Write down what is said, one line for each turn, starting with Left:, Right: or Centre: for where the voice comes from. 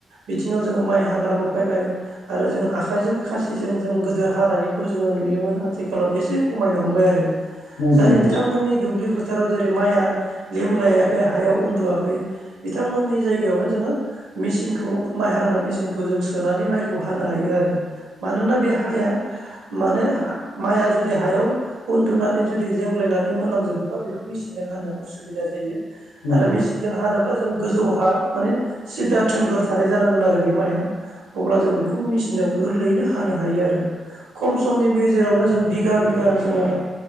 Right: बिथिङाव जोङो माइ हाग्राबो फैबाय आरो जों आखाइजों खासिजों जों गोदो हानायखौ जोङो नुयोमोन आथिखालाव एसे खमायनो हमबाय आरो। जाय
Left: नंगौ
Right: बिथांमोननि दुब्लि फोथाराव जेरै माइआ लेमलायाखै हायाव उन्दुवाखै बिथांमोननि जायगायावनो जोङो मेचिनखौ माइ हाग्रा मेचिनखौ जों सोनानै माइखौ हानो हायो आरो। मानोना बे हाया माने माइआ जुदि हायाव उन्दुनानै जुदि लेंग्लायनानै मोनलांजोबदोंबा बेखौ मेसिनजों हानो उसुबिदा जायो
Left: नंगौ
Right: आरो मेचिनजों
Left: नंगौ
Right: हानोब्ला जों गोजौ हा माने सिदा थोंगोर थानाय जानांगोन आरो बे माइआ अब्ला जों बेखौ मिसि सिनजों गोरलैैनो हानो हायो आरो खम समनि बे जेरावनो जों बिगा बिगा जोङो